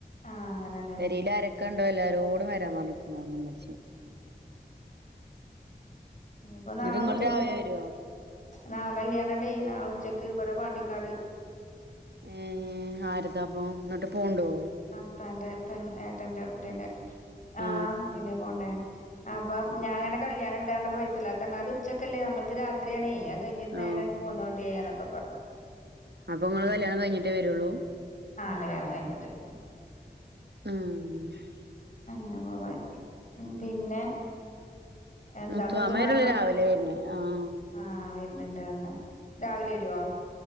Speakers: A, on the left; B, on the right.
A: ആഹ് അങ്ങനെല്ലേ
B: പെരേലാരെ ക്കണ്ട് എല്ലാരോടും വരാൻ പറഞ്ഞിക്ക്ണാർന്നുമ്മച്ചി
A: ഇഞ്ഞ്പ്പോ നാളെ
B: എന്നിട്ട് ഇങ്ങള്
A: മുത്തുമോ
B: രാവിലെ വരോ
A: നാളെ കല്ല്യാണണ്ടേയ് നാളെ ഉച്ചക്ക് ഇബടെ പാണ്ടിക്കാട്
B: ഏഹ് ആരതാപ്പോ എന്നിട്ട് പോണുണ്ടോ
A: അത്താന്റെ പെങ്‌ ഏട്ടന്റെ കുട്ടീന്റെ ആഹ്
B: ഏ
A: പിന്നെ പോണ്ടേ അപ്പം ഞാന കല്യാണം ഇണ്ടരുന്ന പൈസലാക്ക പർഞ്ഞ് അത് ഉച്ചക്കല്ലേ നമ്മൾത് രാത്രിയാണേ അത് കഴിഞ്ഞട്ട്
B: ആ
A: നേരെയണ്ട് പോന്നോളി <unintelligible> ന്നൊക്കെ പറഞ്ഞ്
B: അപ്പ നിങ്ങൾ കല്യാണം കഴിഞ്ഞി ട്ടെ വരുള്ളൂ
A: ആഹ് കല്യാണം കഴിഞ്ഞിട്ട്
B: ഉം
A: അങ്ങനെ പോവാ കരുതി ഉം പിന്നെ എന്താ
B: മുത്തുമാമാ
A: മുത്തുമാമൻ
B: <unintelligible> രാവിലെ വരണേ ആഹ്
A: ആഹ് വരനെണ്ട് പറഞ്ഞ് രാവിലെ വരുവോ